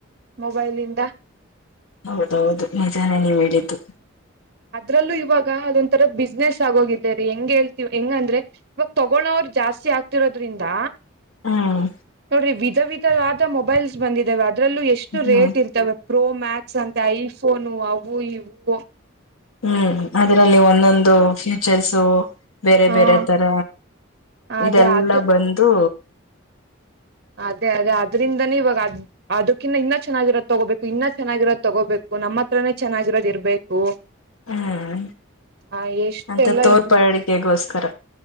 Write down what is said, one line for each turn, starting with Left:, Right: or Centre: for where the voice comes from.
Right: ಮೊಬೈಲ್ಲಿಂದ.
Left: ಹೌದ. ಹೌದು ನಿಜಾನೇ ನೀವು ಹೇಳಿದ್ದು.
Right: ಅದ್ರಲ್ಲೂ ಇವಾಗ ಅದೊಂಥರ ಬಿಸ್ನೆಸ್ ಆಗೋಗಿದೇ ರೀ ಹೆಂಗ್ ಹೇಳ್ತಿೀವಿ ಹೆಂಗ ಅಂದ್ರೆ ಇವಾಗ ತಗೋಳವ್ರ ಜಾಸ್ತಿ ಆಗ್ತಿರೋದ್ರಿಂದ
Left: ಹ್ಮ್
Right: ನೋಡ್ರಿ ವಿ ವಿಧ ವಿಧವಾದ ಮೊಬೈಲ್ಸ್ ಬಂದಿದ್ದಾವ ಅದರಲ್ಲೂ ಎಷ್ಟು ರೇಟ್
Left: ಹ್ಮ್
Right: ಇರ್ತವೆ ಪ್ರೋ ಮ್ಯಾಕ್ಸ್ ಅಂತ ಐ ಉನೊ ಅವು ಇವು
Left: ಹ್ಮ್ ಅದರಲ್ಲಿ ಒಂದೊಂದು ಫ್ಯೂಚರ್ಸು ಬೇರೆ
Right: ಹ
Left: ಬೇರೆ ತರ
Right: ಅದೇ
Left: ಇದೆಲ್ಲ
Right: ಅದು
Left: ಬಂದು
Right: ಅದೇ ಅದೇ ಅದ್ರಿಂದನೇ ಇವಾಗ ಅದ್ ಅದಕಿಂತ ಇನ್ನ ಚೆನ್ನಾಗಿರೋದ ತಗೋಬೇಕು ಇನ್ನ ಚೆನ್ನಾಗಿರೋದ ತಗೋಬೇಕು ನಮ್ಮ ಹತ್ರನೇ ಚೆನ್ನಾಗಿರೋದ ಇರ್ಬೇಕು.
Left: ಹ್ಮ್
Right: ಆ ಎಷ್ಟೆಲ್ಲ
Left: ಅಂತ ತೋರ್ಪಡಿಕೆಗೋಸ್ಕರ
Right: ಇದ್ಮ